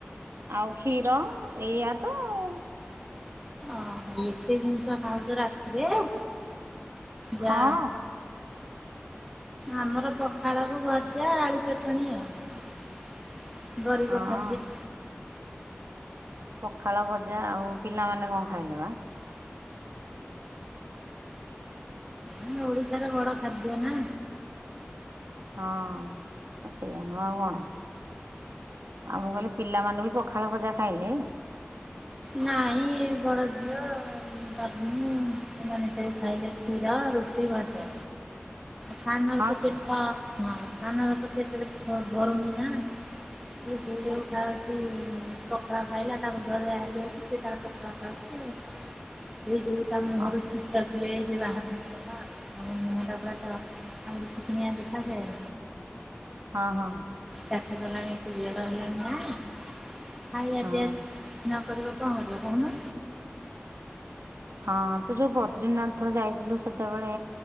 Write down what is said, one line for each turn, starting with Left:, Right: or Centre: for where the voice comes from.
Right: ଆଉ କ୍ଷୀର ଏଇଆ ତ ଆଉ।
Centre: ଓହୋ ଏତେ ଜିନିଷ ଖାଉଛ ରାତିରେ? ଯା
Right: ହଁ।
Centre: ଆମର ପଖାଳକୁୁ ଭଜା ଆଳୁ ଚଟଣି ଆଉ। ଗରିବ
Right: ହଁ
Centre: ଖାଦ୍ୟ।
Right: ପଖାଳ ଭଜା, ଆଉ ପିଲାମାନେ କଣ ଖାଇଲେ ବା?
Centre: ହୁଁ ଓଡିଶାର ବଡ ଖାଦ୍ୟ ନା।
Right: ହଁ ହଁ ସେଇୟା ନୁହେଁ ଆଉ କଣ। ଆଉ ମୁଁ କଇଲି ପିଲାମାନେ ବି ପଖାଳ ଭଜା ଖାଇଲେ?
Centre: ନାଇଁ ଏ ବଡ ଝିଅ। ବାବୁନୁ ସେମାନେ ସବୁ ଖାଇଲେ କ୍ଷୀର ରୁଟି ଭଜା। ସାନର
Right: ହଁ
Centre: ତ
Right: କି
Centre: ପେଟ ହଁ ସାନର ତ ପେଟରେ କିଛି ଧରୁନି ନା। ସିଏ ଯୋଉ ଯୋଉ ଖାଉଛି ପଖଳା ଖାଇଲା ତାକୁ ଜରୁଆ ହେ ସିଏ ତାର ପଖାଳ ଖାଉଚି ଆଉ ସେଇ ଯୋଗୁ ତା ମୁହଁରୁ
Right: ହଁ
Centre: ଚିକ୍ ଗ୍ଲେଜ୍ ବାହାରୁଥିଲା ମାନେ ମୁହଁ ଟା ପୁରା ତାର ଆଗରୁ ଚିକିଣିଆ ଦେଖା ଯାଏ।
Right: ହଁ ହଁ।
Centre: ତାତି ଗଲାଣି ପିରିଅଡ ହେଲାଣି ନାଇ ଖାଇବା
Right: ହଁ।
Centre: ପିଇବା ନ। କରିବ କଣ କରିବ କହୁନ?
Right: ହଁ ତୁ ଯୋଉ ବଦ୍ରିନାଥ ଯାଇଥିଲୁ ସେତେବେଳେ।